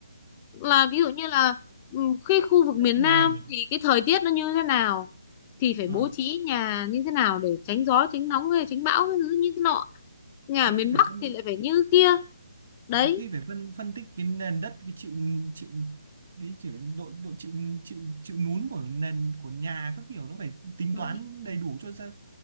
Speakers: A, on the left; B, on the right.
A: là ví dụ như là ừ, cái khu vực
B: đất
A: miền
B: nền
A: Nam thì cái thời tiết nó như thế nào thì phải
B: ờ
A: bố trí nhà như thế nào để tránh gió tránh nóng hay tránh bão cái thứ như thế nọ nhà
B: có
A: ở
B: khi
A: miền
B: phải
A: Bắc
B: phân
A: thì lại phải như kia đấy
B: có khi phải phân phân tích cái nền đất cái chịu chịu cái chịu độ độ chịu chịu chịu nún của nền của nhà các kiểu nó phải tính
A: đấy
B: toán đầy đủ cho ra